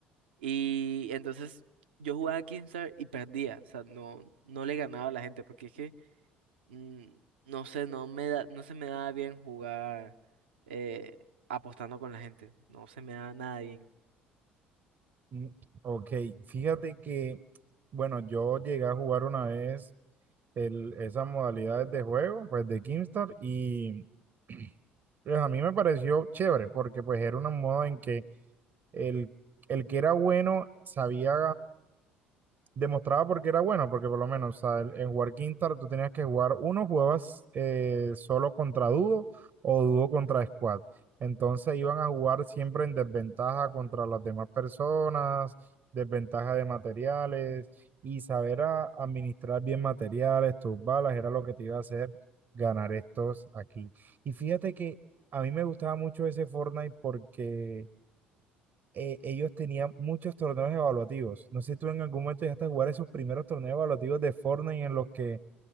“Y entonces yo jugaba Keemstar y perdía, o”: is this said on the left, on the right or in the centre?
Right